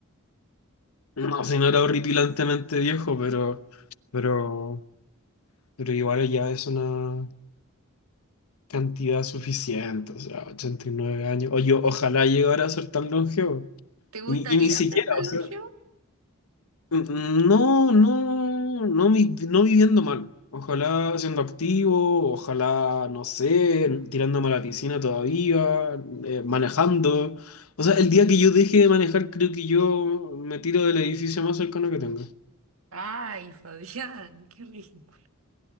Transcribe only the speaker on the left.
no sé, no era horripilantemente viejo, pero, pero, pero igual ya es una... cantidad suficiente, o sea, 89 años. O yo, ojalá llegara a ser tan longevo.
Y, ni y ni siquiera,
o
sea, n- no, no, no, vi- no viviendo mal. Ojalá siendo activo, ojalá, no sé, tirándome a la piscina todavía, eh, manejando. O sea, el día que yo deje de manejar, creo que yo me tiro del edificio más cercano que tengo.